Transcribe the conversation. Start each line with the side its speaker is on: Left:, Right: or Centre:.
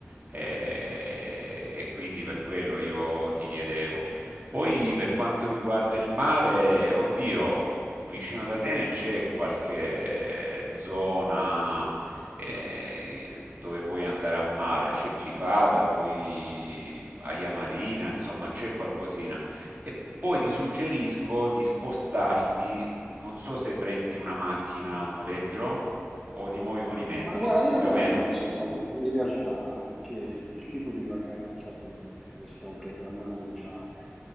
Right: eh, e quindi per quello io ti chiedevo. Poi per quanto riguarda il mare, oddio, vicino ad Atene c'è qualche zona ehm, dove puoi andare a mare, c'è Glifada, poi Aia Marina, insomma c'è qualcosina. E poi ti suggerisco di spostarti, non so se prendi una macchina a noleggio o ti muovi con i mezzi,
Centre: Ma guarda, io
Right: più
Centre: penso
Right: o meno.
Centre: in realtà che il tipo di vacanza che noi stiamo programmando di fare